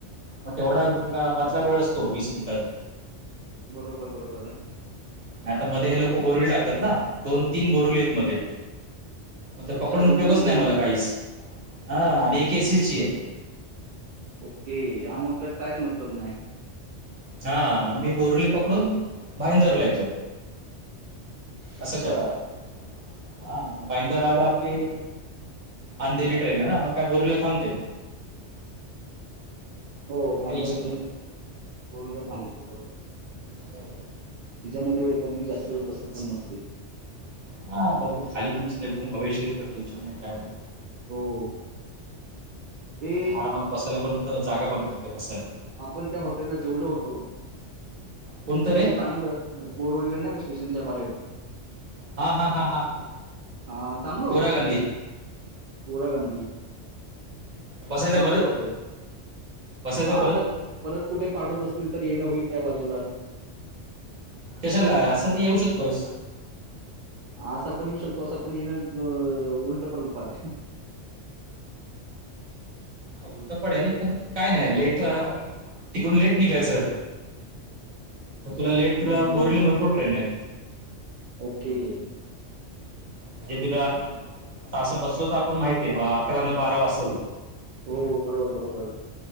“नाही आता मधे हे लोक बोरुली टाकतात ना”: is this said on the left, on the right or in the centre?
Right